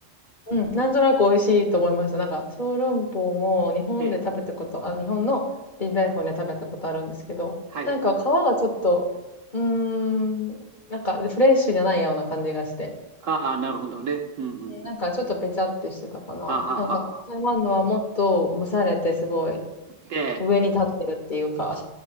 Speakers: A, on the left; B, on the right.
A: うん、なんとなく美味しいと思いました。なんか、小籠包も日本で食べたこと、
B: ええ、
A: あ、日本の臨海フォンで食べたことあるんですけど、
B: はい。
A: なんか皮がちょっと、うーん、なんかフレッシュじゃないような感じがして、
B: ああ、なるほどね。うんうんうん。
A: うんなんかちょっとぺちゃってしてたかな。
B: あははは。
A: なんか、台湾のはもっと蒸されてすごい
B: ええ、
A: 上に立ってるっていうか、